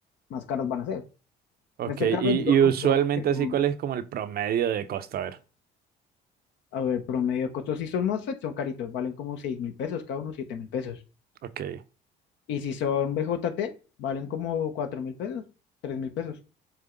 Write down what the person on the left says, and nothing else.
más caros van a ser.
En este
caso yo
compré
unos que son,
a ver, promedio de costos si son MOSFET son caritos, valen como seis mil pesos, cada uno siete mil pesos.
Y si son BJT, valen como cuatro mil pesos, tres mil pesos.